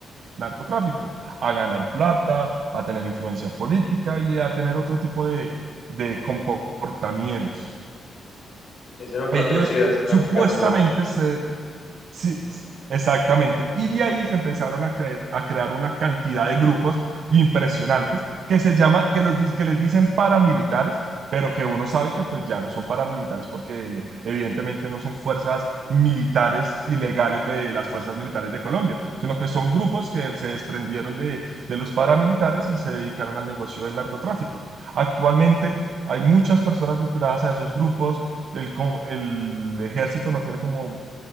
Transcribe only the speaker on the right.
narcotráfico, a ganar plata, a tener influencia política y a tener otro tipo de, de comportamientos.
Ellos
supuestamente se Sí, sí, exactamente. Y de ahí se empezaron a, cre- a crear una cantidad de grupos impresionantes que se llaman, que, los, di- que les dicen paramilitares, pero que uno sabe que pues ya no son paramilitares porque evidentemente no son fuerzas militares ilegales de las fuerzas militares de Colombia, sino que son grupos que se desprendieron de, de los paramilitares y se dedicaron al negocio del narcotráfico. Actualmente... Hay muchas personas vinculadas a esos grupos. El, co- el ejército no tiene como